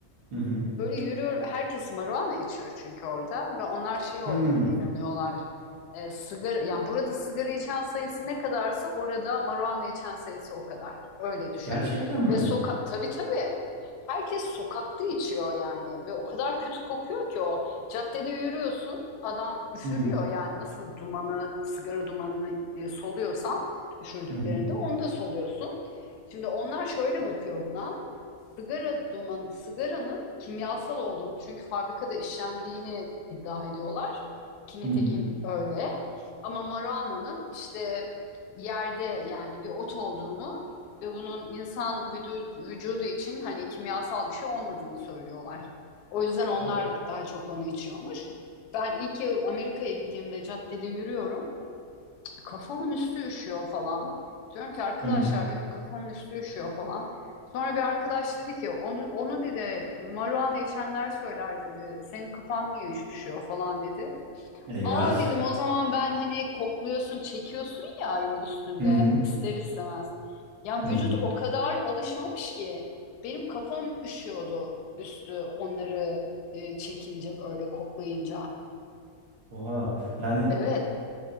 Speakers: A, on the right; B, on the left.
A: Hı hı.
B: Böyle yürüyor, herkes marijuana içiyor çünkü orada ve onlar şey olduğuna
A: Hı.
B: inanıyorlar. E, sigara, yani burada sigara içen sayısı ne kadarsa orada marijuana içen sayısı o kadar. Öyle düşün.
A: Gerçekten mi?
B: Ve soka tabii tabii. Herkes sokakta içiyor yani ve o kadar kötü kokuyor ki o. Caddede yürüyorsun, adam üfürüyor
A: Hı hı.
B: yani nasıl dumanı, sigara dumanını e, soluyorsan üfürdüklerinde
A: Hı hı.
B: onu da soluyorsun. Şimdi onlar şöyle bakıyor buna. Sigara duman, sigaranın kimyasal olduğunu çünkü fabrikada işlendiğini iddia ediyorlar. Ki nitekim
A: Hı hı.
B: öyle. Ama maruana'nın işte yerde yani bir ot olduğunu ve bunun insan vücudu için hani kimyasal bir şey olmadığını söylüyorlar. O yüzden onlar
A: O-
B: daha çok onu içiyormuş. Ben ilk yıl Amerika'ya gittiğimde caddede yürüyorum. Kafamın üstü üşüyor falan. Diyorum ki arkadaşlar
A: Hı hı.
B: benim kafamın üstü üşüyor falan. Sonra bir arkadaş dedi ki onu, onu dedi marijuana içenler söyler dedi. Senin kafan niye üş- üşüyor falan dedi.
A: Eyvah.
B: Aa dedim o zaman ben hani kokluyorsun çekiyorsun ya yol üstünde
A: Hı hı.
B: ister istemez. Yani
A: Hı hı.
B: vücut o kadar alışmamış ki benim kafam üşüyordu üstü onları e, çekince böyle koklayınca.
A: Oha. Yani
B: Evet.